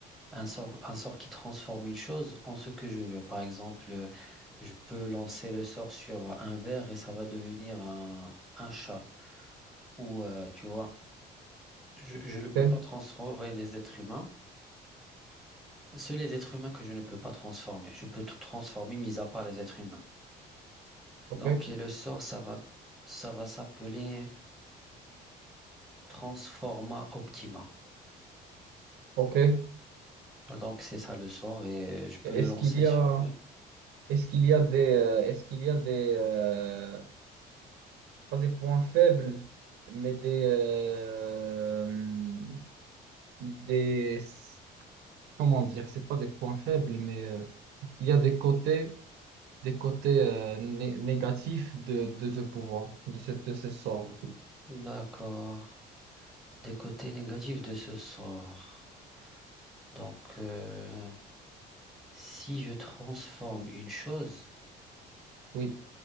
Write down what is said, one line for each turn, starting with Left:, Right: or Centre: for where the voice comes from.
Centre: un sort, un sort qui transforme une chose en ce que je veux. Par exemple, je peux lancer le sort sur un verre et ça va devenir un, un chat. Ou, euh, tu vois. Je, je ne peux
Right: Ok,
Centre: pas transformer les êtres humains. Seuls les êtres humains que je ne peux pas transformer. Je peux tout transformer, mis à part les êtres humains.
Right: ok,
Centre: Donc, et le sort, ça va, ça va s'appeler Transforma Optima.
Right: ok.
Centre: Donc, c'est ça le sort et je peux
Right: Est-ce
Centre: le lancer
Right: qu'il y
Centre: sur
Right: a,
Centre: eux.
Right: est-ce qu'il y a des, euh, est-ce qu'il y a des, euh, pas des points faibles, mais des, euh, des, comment dire, c'est pas des points faibles, mais euh, il y a des côtés, des côtés euh, né- négatifs de, de ce pouvoir, de ce, de ce sort.
Centre: D'accord. Des côtés négatifs de ce sort. Donc, euh, si je transforme une chose,
Right: Oui,